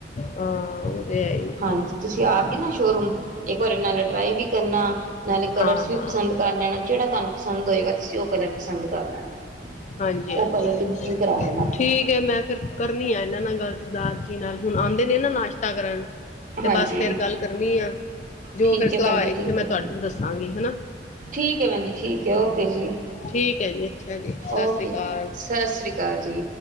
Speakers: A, on the left; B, on the right.
A: ਹਾਂ ਉਹ ਤੇ ਹੈ ਹੀ
B: ਹਾਂਜੀ, ਤੁਸੀਂ ਆ ਕੇ ਨਾ ਸ਼ੋਰੂਮ ਏਕ ਵਾਰੀ ਨਾਲ ਟਰਾਈ ਵੀ ਕਰਨਾ ਨਾਲੇ ਕਲਰਸ
A: ਹਾਂ
B: ਵੀ
A: ਹਾਂ
B: ਪਸੰਦ ਕਰ ਲੈਣਾ। ਜੇਹੜਾ ਤੁਹਾਨੂੰ ਪਸੰਦ ਹੋਏਗਾ ਤੁਸੀਂ ਔ ਕਲਰ ਪਸੰਦ ਕਰ ਲੈਣਾ।
A: ਹਾਂਜੀ ਹਾਂਜੀ
B: ਓਹ ਕਲਰ ਦੀ ਬੁਕਿੰਗ ਕਰਾ ਲੈਣਾ ਅਪਣੀ।
A: ਠੀਕ ਹੈ ਮੈਂ ਫਿਰ ਕਰਨੀ ਆਂ ਏਹਨਾਂ ਨਾਲ ਗੱਲ ਸਰਦਾਰ ਜੀ ਨਾਲ ਹੁਣ ਆਂਦੇ ਨੇ ਨਾਸ਼ ਤਾਂ ਕਰਨ ਤੇ
B: ਹਾਂਜੀ।
A: ਬਸ ਫੇਰ ਗੱਲ ਕਰਨੀ ਆਂ। ਜੋ
B: ਠੀਕ
A: ਫੇਰ ਸਲਾਹ
B: ਐ ਭੈਣ ਜੀ,
A: ਹੋਏਗੀ
B: ਠੀਕ
A: ਫੇਰ ਮੈਂ
B: ਐ।
A: ਤੁਹਾਾਨੂੰ ਦੱਸਾਂਗੀ ਹੈਨਾ।
B: ਠੀਕ ਐ ਭੈਣ ਜੀ ਠੀਕ ਐ ਓਕੇ ਜੀ।
A: ਠੀਕ ਹੈ ਜੀ ਅੱਛਾ ਜੀ ਸਤਿ
B: ਓਕੇ
A: ਸ਼੍ਰੀ ਅਕਾਲ
B: ਜੀ। ਸਤਿ ਸ੍ਰੀ ਅਕਾਲ ਜੀ।